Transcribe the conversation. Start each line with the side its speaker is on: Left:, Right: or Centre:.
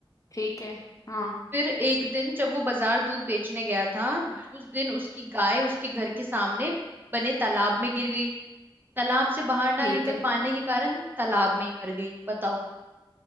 Left: ठीक है हाँ
Right: फिर एक दिन जब वो बाजार दूध बेचने गया था उस दिन उसकी गाय उसके घर के सामने बने तालाब में गिर गई तालाब से बाहर ना
Left: ठीक
Right: निकल
Left: है
Right: पाने के कारण तालाब में ही मर गई बताओ